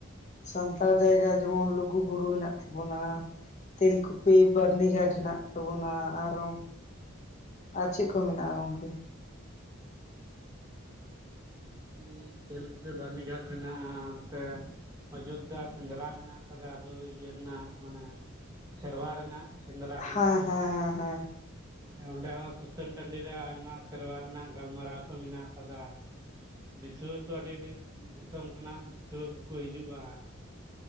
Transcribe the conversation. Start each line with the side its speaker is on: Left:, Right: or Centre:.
Left: ᱥᱟᱱᱛᱟᱲ ᱡᱟᱭᱜᱟ ᱡᱮᱢᱚᱱ ᱞᱩᱜᱩᱼᱵᱩᱨᱩ ᱢᱮᱱᱟᱜ ᱛᱟᱵᱚᱱᱟ᱾ ᱛᱮᱞᱠᱩᱯᱤ ᱵᱟᱹᱨᱱᱤ ᱜᱷᱟᱴ ᱦᱮᱱᱟᱜ ᱛᱟᱵᱚᱱᱟ ᱟᱨᱚ ᱟᱨ ᱪᱮᱫ ᱠᱚ ᱢᱮᱱᱟᱜᱼᱟ ᱜᱚᱢᱠᱮ?
Right: ᱩᱸ ᱛᱮᱞᱠᱩᱞᱯᱤ ᱵᱟᱹᱨᱱᱤᱜᱷᱟᱴ ᱢᱮᱱᱟᱜᱼᱟ ᱚᱱᱛᱮ ᱚᱡᱳᱫᱽᱫᱷᱟ ᱥᱮᱸᱫᱽᱨᱟ ᱢᱮᱱᱟᱜ ᱟᱠᱟᱫᱟ᱾ ᱟᱵᱚ ᱤᱭᱟᱹ ᱨᱮᱱᱟᱜ ᱢᱟᱱᱮ ᱥᱮᱨᱣᱟ ᱨᱮᱱᱟᱜ᱾ ᱥᱮᱸᱫᱽᱨᱟ ᱠᱟᱱ
Left: ᱦᱮᱸ
Right: ᱛᱟᱵᱚᱱᱟ᱾
Left: ᱦᱮᱸ ᱦᱮᱸ ᱦᱮᱸ
Right: ᱚᱸᱰᱮ ᱦᱚᱸ ᱥᱩᱛᱟᱹᱱ ᱴᱟᱺᱰᱤ ᱨᱮ ᱟᱭᱢᱟ ᱥᱮᱨᱣᱟ ᱨᱮᱱᱟᱜ ᱜᱟᱞᱢᱟᱨᱟᱣ ᱠᱚ ᱢᱮᱱᱟᱜ ᱟᱠᱟᱫᱟ᱾ ᱫᱤᱥᱣᱟᱹ ᱠᱚ ᱟᱹᱰᱤ-ᱟᱹᱰᱤ ᱫᱤᱥᱚᱢ ᱠᱷᱚᱱᱟᱜ ᱫᱤᱥᱣᱟᱹ ᱠᱚᱠᱚ ᱦᱤᱡᱩᱜᱼᱟ᱾